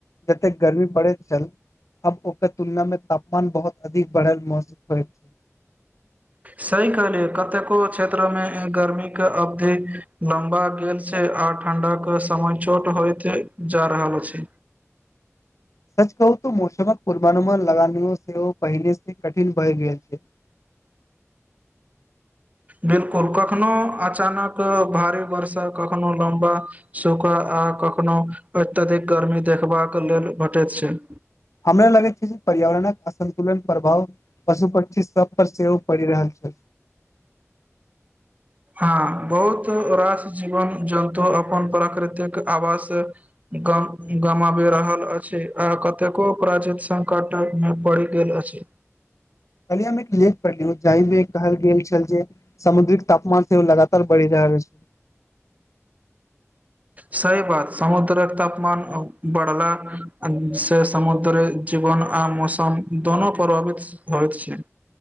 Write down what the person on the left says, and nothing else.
जते गर्मी बढ़ैत छल आब ओकर तुलना मे तापमान बहुत अधिक बढ़ल महसूस होइत।
सच कहू त मौसमक पूर्वानुमान लगान सेव पहिने से कठिन भय गेल छैय।
हमरा लगैत छैय जे पर्यावरणक असन्तुलन प्रभाव पशु पक्षी सब पर सेहो पड़ि रहल छैय।
कहली मे एक लेख पढ़लियो जाहिमे कहल गेल छल जे। समुद्रिक तापमान सेहो लगातार बढ़ि रहल छैय।